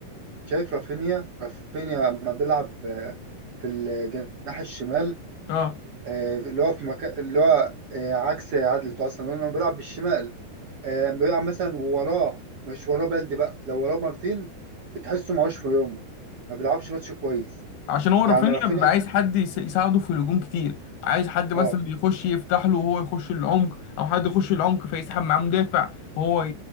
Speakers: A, on the right; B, on the left.
A: شايف رافينيا رافينيا لما بيلعب آه، في الجناح الشمال
B: اه
A: آه، اللي هو في مكان اللي هو آه، عكس عدلته اصلا لانه لما بيلعب بالشمال آه، لما بيلعب مثلا وراه مش وراه بلدي بقى لو وراه مارتين بتحسه معوش في يومه ما بيلعبش ماتش كويس
B: عشان هو رافينيا
A: يعني رافينيا
B: بيبقى
A: في-
B: عايز حد يس- يساعده في الهجوم كتير عايز حد مثلا
A: اه
B: يخش يفتح له وهو يخش العمق او حد يخش العمق فيسحب معاه مدافع وهو ي...